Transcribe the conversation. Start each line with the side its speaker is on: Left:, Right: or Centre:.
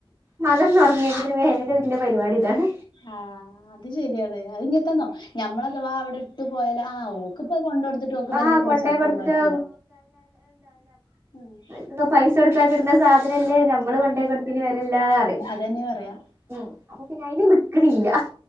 Right: മകൻ ഇന്ന് ഉറങ്ങിയതിന് പിന്നെ വേഗം ഇന്റെ പരിപാടി ഇതാണ്
Left: ആഹ് അത് ശരിയാണ് അത് ഇങ്ങത്തന്നോ ഞമ്മള് അഥവാ അവിടെ ട്ട് പോയാല് ആഹ് ഓക്ക് ഇപ്പം കൊണ്ട് കൊടുത്തിട്ട് ഓക്ക്
Right: ആഹ്
Left: വല്യ <unintelligible>
Right: കൊണ്ടോയി കൊടുത്തിട്ട്
Left: ആയിട്ടില്ല ആഹ്
Right: ഇതൊക്കെ പൈസ കൊടുത്താ കിട്ട്ണ സാ നല്ലേ നമ്മള് കൊണ്ടോയി കൊട് തയ്ന് വില ഇല്ലാ പറയും
Left: അതന്നെ പറയാ
Right: ഉം അപ്പൊ പിന്നെ അയ്നും കുറ്റം നിക്ക്ണില്ല